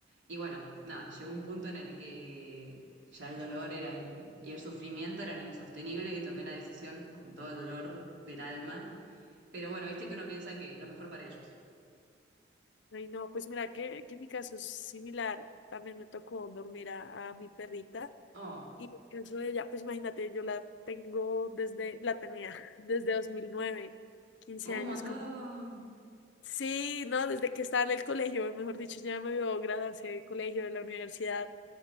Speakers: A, on the right; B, on the left.
A: Y bueno, nada, llegó un punto en el que ya el dolor era in- y el sufrimiento eran insostenibles y tomé la decisión con todo el dolor del alma. Pero bueno, viste que uno piensa que lo mejor para ellos.
B: Ay, no, pues mira que, que mi caso es similar. También me tocó dormir a, a mi perrita.
A: Oh,
B: Y en el caso de ella, pues imagínate, yo la tengo desde, la tenía <laughs> desde 2009, quince
A: un
B: años.
A: montón.
B: con- Sí, no, desde que estaba en el colegio, mejor dicho, ya me vio graduarse del colegio, de la universidad.